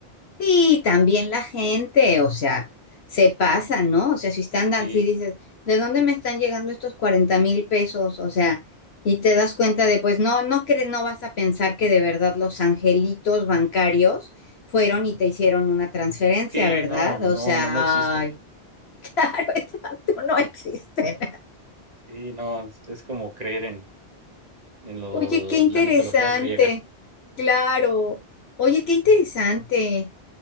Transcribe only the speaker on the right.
Sí,
sí,
no, no,
no, no existen.
Sí, no, es como creer en, en lo-
la mitología griega.